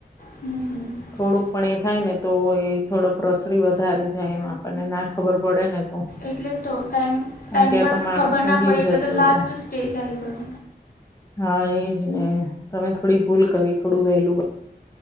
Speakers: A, on the left; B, on the left.
A: હમ હમ
B: થોડુંક પણ એ થાય ને, તો એ થોડો પ્રસરી વધારે જાય એમાં, અને ના ખબર પડે ને તો,
A: એટલે તો. ટાઈમ
B: કારણ
A: ટાઈમ
B: કે
A: પર
B: આ તો માણસ
A: ખબર
B: નો
A: ના
B: જીવ
A: પડે એટલે
B: જતો
A: તો લાસ્ટ
B: રે
A: સ્ટેજ આઈ ગયો.
B: હા એજ ને. તમે થોડી ભૂલ કરી થોડું વહેલું,